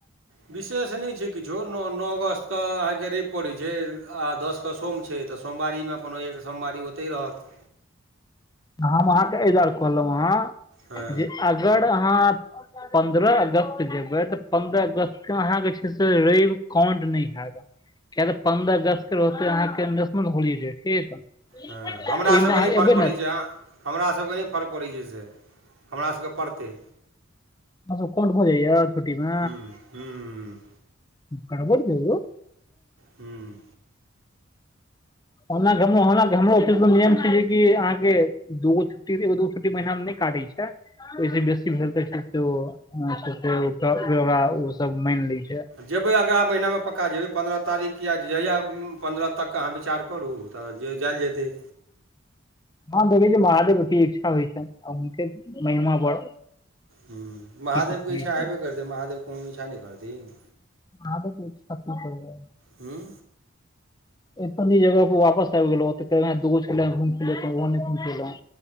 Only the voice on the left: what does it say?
हम अहाँके एहि दुआरे कहलहु हां
जे अगर अहाँ पन्द्रह अगस्त जेबै तऽ पन्द्रह अगस्तके अहाँके छै से र‌इव काउंट न‌इ हैत। किया तऽ पन्द्रह अगस्त के रहते यहाँके नेशनल होलीडे ठीक। ओहिमे
अहाँ
एबै
ने अहाँके
अहाँ सब कोंट भजाइया छुट्टी में।
कवर जैयो।
री नियम छै जे कि अहाँके <inaudible> दुध छुटी दो छुटी महिनामे नहि काटै छै। ओइसे बेसी भेल तऽ ओ सब मानि लै छै।
हँ देखै छी महादेव की इच्छा होइ छै आ हुनके महिमा पर
सकैत
छी।
आबो किछ खतम करबै।
एत जगह पर वापस आबि गेल अय एत ने दूगो छलै <inaudible>